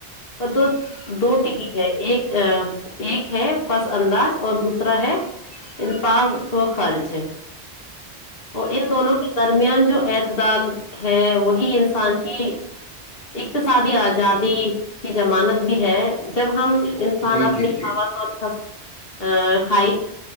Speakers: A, on the left; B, on the left.
A: پت دو ٹکی ہے ایک ایک ہے پس انداز اور دوسرا ہے انفاق و خرچ وہ ان دونوں کے درمیان جو اعتدال ہے وہی انسان کی اقتصادی آزادی کی ضمانت بھی ہے جب ہم انسان
B: ہیں جی
A: اپنی
B: جی جی
A: ہا س ا کھائی